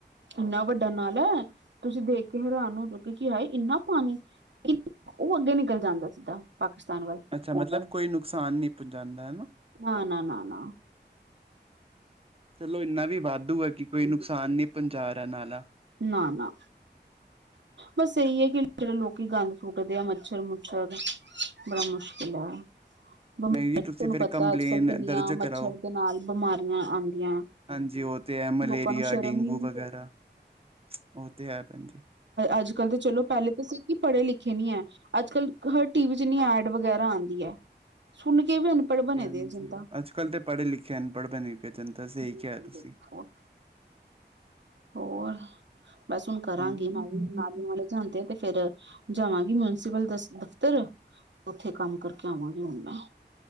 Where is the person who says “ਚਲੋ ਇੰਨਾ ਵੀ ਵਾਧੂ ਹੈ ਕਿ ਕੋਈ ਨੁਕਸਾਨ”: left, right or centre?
Right